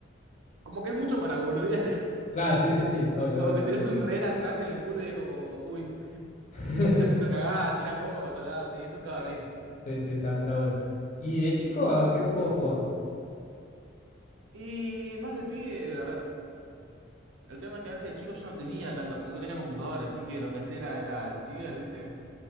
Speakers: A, on the right; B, on the left.
A: Como que es mucho para boludear. <laughs>
B: Claro, sí, sí, sí. Obvio,
A: Como
B: obvio,
A: que tenés
B: obvio.
A: un rehén atrás en el culo y es como, uy,
B: <laughs>
A: haciendo cagada, tirás bomba para todos lados, sí, es un cagarrisa.
B: Sí, sí, está, está bueno. ¿Y de chico a qué juego jugabas?
A: Y más de pibe, a ver, el tema es que antes de chico yo no tenía tanta, com- no tenía computadora, así que lo que hacía era, era el ciber, ¿viste?